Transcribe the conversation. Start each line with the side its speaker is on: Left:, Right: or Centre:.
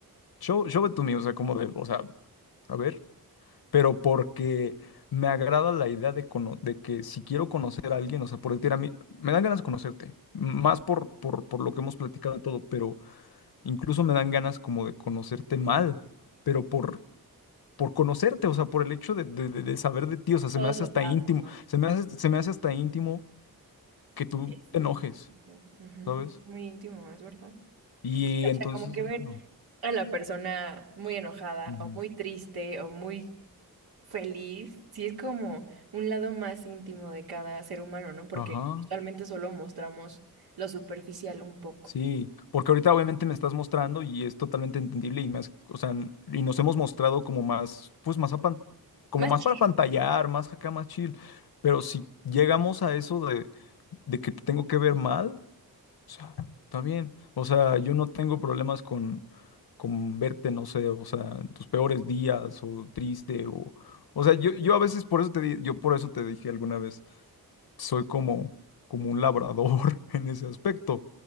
Left: show, show it to me, o sea, como de, o sea, a ver. Pero porque me agrada la idea de, cono- de que si quiero conocer a alguien, o sea, por decir a mí, me dan ganas de conocerte, más por, por, por lo que hemos platicado y todo, pero Incluso me dan ganas como de conocerte mal, pero por, por conocerte, o sea, por el hecho de, de- de- de saber de ti,
Right: <laughs>
Left: o sea, se
Right: todos
Left: me hace
Right: los
Left: hasta
Right: lados,
Left: íntimo,
Right: ¿no?
Left: se me hace, se me hace hasta íntimo que tú
Right: Oye, sí,
Left: te enojes,
Right: demasiado. Ujú.
Left: ¿sabes?
Right: Es muy íntimo, es verdad.
Left: Y
Right: Sí,
Left: entonces,
Right: o sea, como que
Left: eso
Right: ver
Left: no.
Right: a la persona muy enojada
Left: Ujú.
Right: o muy triste o muy feliz, sí es como un lado más íntimo de cada ser humano, ¿no? Porque
Left: Ajá,
Right: usualmente solo mostramos lo superficial un poco.
Left: sí, porque ahorita obviamente me estás mostrando y es totalmente entendible y más, o sea, n- y nos hemos mostrado como más, pues más a pan- como
Right: Más
Left: más
Right: chill.
Left: para pantallar, más acá, más chill, pero si llegamos a eso de de que te tengo que ver mal. O sea, está bien. O sea, yo no tengo problemas con, con verte, no sé, o sea, en tus peores días o triste o... O sea, yo, yo a veces por eso te di- yo por eso te dije alguna vez, soy como, como un labrador <laughs> en ese aspecto.